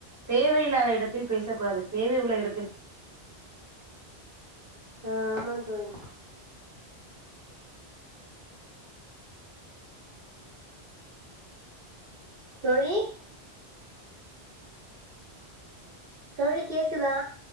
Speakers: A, on the right; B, on the right.
A: தேவையில்லாத இடத்தில் பேசகூடாது தேவை உள்ள இடத்தில்
B: ஆஹ் ஆமா தோழி தோழி தோழி கேக்குதா